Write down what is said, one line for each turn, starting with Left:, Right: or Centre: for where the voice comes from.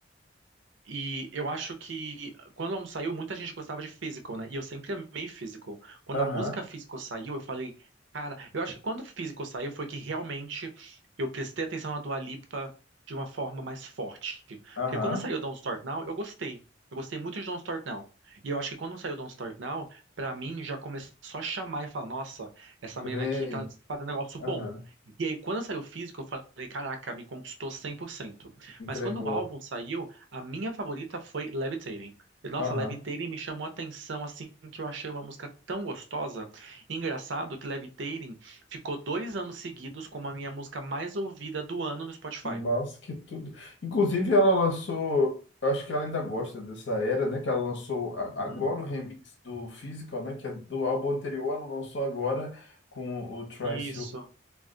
Right: E eu acho que quando o álbum saiu, muita gente gostava de physical, né? E eu sempre amei physical. Quando
Left: aham,
Right: a música physical saiu, eu falei, cara, eu acho que quando o physical saiu foi que realmente eu prestei atenção na Dua Lipa de uma forma mais forte.
Left: aham.
Right: Porque quando saiu Don't Start Now, eu gostei. Eu gostei muito de Don't Start Now. E eu acho que quando saiu Don't Start Now, pra mim já começou a chamar e falar, nossa, essa menina
Left: Vem,
Right: aqui tá fazendo um negócio
Left: aham,
Right: bom. E aí, quando saiu physical eu falei, caraca, me conquistou cem por cento
Left: entregou.
Right: Mas quando o álbum saiu, a minha favorita foi Levitating. E, Nossa,
Left: Aham.
Right: Levitating me chamou a atenção, assim, que eu achei uma música tão gostosa. E engraçado que Levitating ficou dois anos seguidos como a minha música mais ouvida do ano no Spotify.
Left: Nossa, que tudo. Inclusive, ela lançou. eu Acho que ela ainda gosta dessa era, né? Que ela lançou a-
Right: Uhum.
Left: agora o remix do Physical, né? Que é do álbum anterior, ela lançou agora com o Trice.
Right: Isso.